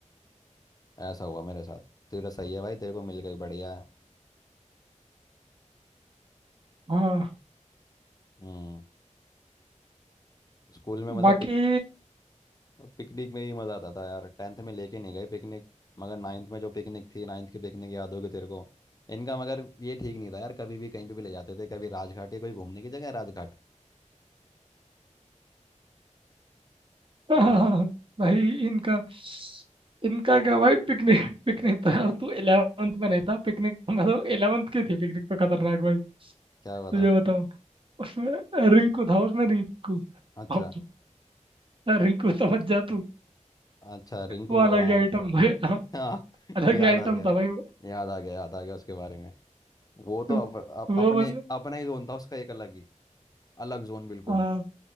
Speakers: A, on the left; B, on the right.
A: ऐसा हुआ मेरे साथ तेरा सही है भाई तेरे को मिल गई बढ़िया है
B: हाँ
A: हम्म स्कूल में मतलब
B: बाकी
A: पिक पिकनिक में ही मज़ा आता था यार टेंथ में लेके नहीं गए पिकनिक मगर नाइन्थ में जो पिकनिक थी नाइन्थ की पिकनिक याद होगी तेरे को इनका मगर ये ठीक नहीं था यार कभी भी कहीं पे भी ले जाते थे कभी राजघाट या कोई घूमने की जगह है राजघाट
B: <laughs>
A: राज
B: भाई इनका इनका क्या भाई पिकनिक पिकनिक तो यार तू 11th में नहीं था पिकनिक तो मतलब 11th की थी पिकनिक तो खतरनाक भाई
A: क्या
B: तुझे
A: हुआ था
B: बताऊं उसमें रिंकू था उसमें रिंकू
A: अच्छा
B: अब रिंकू समझ जा तू
A: अच्छा रिंकू
B: वो अलग
A: आ,
B: ही आइटम भाई
A: हाँ <laughs>
B: अलग
A: याद
B: ही आइटम
A: आ गया
B: था भाई
A: याद आ गया याद आ गया उसके बारे में वो तो
B: वो
A: अप, अप,
B: वो
A: अपने
B: बंदा
A: अपना ही जोन था उसका एक अलग ही अलग जोन बिल्कुल
B: हाँ